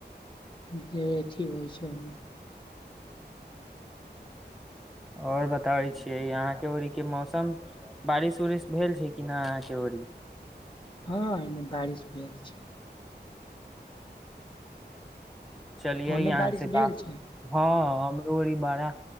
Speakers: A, on the left; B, in the centre.
A: जे अथी होय छै हम
B: आओर बताबै छियै यहाँके ओरीक के मौसम बारिश उरिश भेल छै कि नहि अहाँ के ओरी
A: हँ एने बारिश भेल छै
B: चलियए
A: ओने
B: यहाँ
A: बारिश
B: से
A: भेल
B: बात
A: छै
B: हँ हमरो ई बड़ा